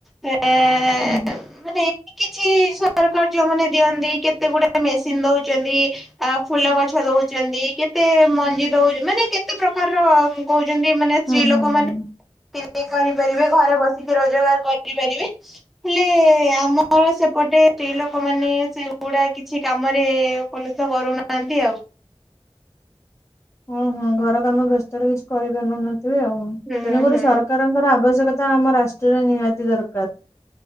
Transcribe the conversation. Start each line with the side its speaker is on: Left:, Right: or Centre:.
Centre: ହେ ମାନେ
Left: ହୁଁ
Centre: ଏମତି କିଛି ସରକାର ଯୋଉମାନେ ଦିଅନ୍ତି କେତେ ଗୁଡାଏ ମେସି ସିନ୍ ଦଉଚନ୍ତି ଆ ଫୁଲ ଗଛ ଦଉଚନ୍ତି, କେତେ ମଞ୍ଜି ଦଉ ମାନେ କେତେ ପ୍ରକାରର କହୁଛନ୍ତି ମାନେ ସ୍ତ୍ରୀ
Left: ହୁଁ ହୁଁ
Centre: ଲୋକମାନେ
Left: ହୁଁ
Centre: ସିଲେଇ କରିପାରିବେ, ଘରେ ବସିକି ରୋଜଗାର କରିପାରିବେ ହେଲେ ଆମର ସେପଟେ ସ୍ତ୍ରୀ ଲୋକମାନେ ସେଗୁଡା କିଛି କାମରେ ଉପନୀତ କରୁନାହାନ୍ତି ଆଉ।
Left: ହୁଁ ହୁଁ ଘର କାମ ବ୍ୟସ୍ତରେ କିଛି କରିପାରୁନନୁଥିବେ ଆଉ
Centre: ହୁଁ
Left: ତେଣୁକ
Centre: ହୁଁ
Left: ସର କାରଙ୍କର ଆବଶ୍ୟକତା ଆମ ରାଷ୍ଟ୍ରରେ ନିହାତି ଦରକାର।